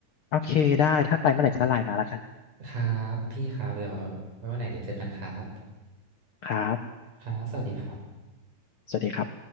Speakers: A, on the left; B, on the right.
A: โอเคได้ถ้าไปเมื่อไหร่ก็ไลน์มาแล้วกัน
B: ครับพี่ครับเดี๋ยวไว้วันไหนเดี๋ยวเจอกันครับ
A: ครับ
B: ครับสวัสดีครับ
A: สวัสดีครับ